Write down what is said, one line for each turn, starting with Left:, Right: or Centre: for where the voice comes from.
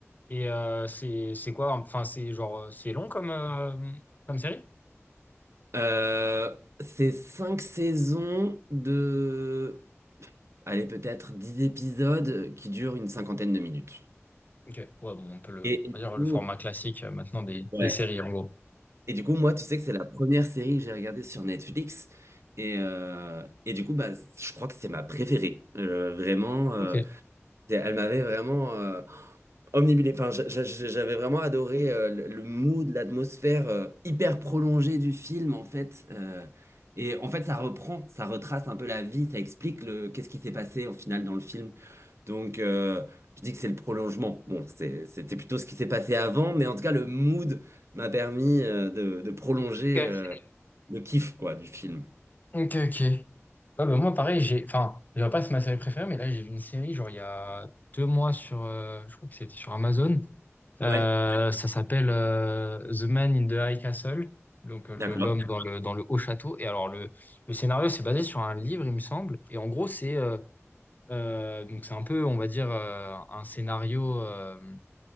Left: Et euh, c'est c'est quoi? Enfin, c'est genre, euh, c'est long comme, euh, comme série?
Right: Euh, c'est 5 saisons de, allez, peut-être 10 épisodes qui durent une cinquantaine de minutes.
Left: Ok. Ouais, bon, on peut le,
Right: Et, et
Left: on va dire
Right: du coup,
Left: le format classique euh, maintenant des,
Right: ouais.
Left: des séries, en gros.
Right: Et du coup, moi, tu sais que c'est la première série que j'ai regardée sur Netflix. Et, euh, et du coup, bah, je crois que c'est ma préférée. Euh, vraiment, euh,
Left: Ok.
Right: c'est- Elle m'avait vraiment euh, omnibulé. Enfin, j'a- j'a- j'avais vraiment adoré euh, le le mood, l'atmosphère euh, hyper prolongée du film, en fait. Euh, et en fait, ça reprend, ça retrace un peu la vie, ça explique le qu'est-ce qui s'est passé au final dans le film. Donc, euh, je dis que c'est le prolongement. Bon, c'est- c'était plutôt ce qui s'est passé avant, mais en tout cas, le mood m'a permis euh, de, de prolonger
Left: Ok.
Right: euh, le kiff, quoi, du film.
Left: Ok, ok. Ouais, bah, moi, pareil, j'ai. Enfin, je dirais pas que c'est ma série préférée, mais là, j'ai vu une série, genre, il y a deux mois sur. euh, je crois que c'était sur Amazon. Euh,
Right: Ouais,
Left: ça s'appelle euh, The Man in the High Castle. Donc, euh, le-
Right: d'accord.
Left: l'homme dans le, dans le haut château. Et alors, le, le scénario, c'est basé sur un livre, il me semble. Et en gros, c'est. euh, euh, donc, c'est un peu, on va dire, euh, un scénario. euh,